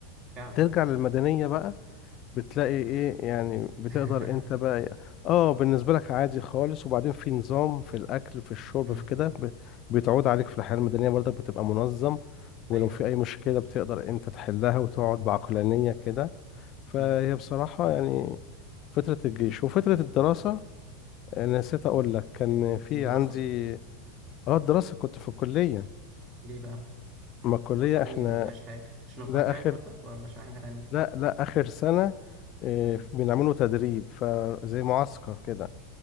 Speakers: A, on the right; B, on the left.
A: فعلا
B: ترجع للمدنيه بقى بتلاقي ايه يعني بتقدر
A: <laughs>
B: انت بقى اه بالنسبة لك عادي خالص وبعدين في نظام في الاكل في الشرب
A: امم
B: في كده ب- بتعود عليك في الحياة المدنية برضك بتبقى منظم ولو
A: ايوه
B: في اي مشكلة بتقدر انت تحلها وتقعد بعقلانية كده فهي
A: امم
B: بصراحة يعني فترة الجيش وفترة الدراسة أنا نسيت اقول لك كان في
A: الدراسه
B: عندي اه الدراسة كنت في الكلية
A: ليه بقى
B: ما الكلية
A: الدراسه عاديه
B: احنا
A: ما فيهاش حاجه عشان الغربه
B: لا اخر
A: يعني قصدك ولا عشان حاجه تانية
B: لا لا اخر سنة إيه،
A: امم
B: بنعمله تدريب فزي معسكر كده